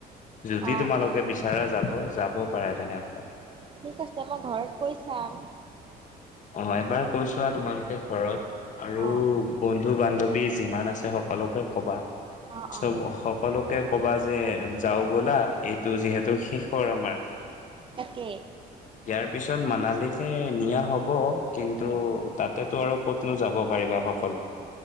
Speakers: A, on the left; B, on the right.
A: যদি
B: অ
A: তোমালোকে
B: অ
A: বিচাৰে যাব। যাবও পাৰে তেনেহ'লে।
B: ঠিক আছে মই ঘৰত কৈ চাম।
A: অ এবাৰ কৈছোৱা তোমালোকে ঘৰত। আৰু
B: অ
A: বন। বন্ধু বান্ধৱী যিমান আছে সকলোকে ক'বা।
B: অ
A: চব
B: অ
A: সকলোকে। কবা যে যাও ব'লা এইটো যিহেতু শেষৰ আমাৰ।
B: তাকে
A: ইয়াৰ পিছত মানাল। তেকে নিয়া হ'ব। <inaudible> কিন্তু
B: উম
A: তাতেতো আৰু ক'তনো যাব পাৰিবা হওক। চল।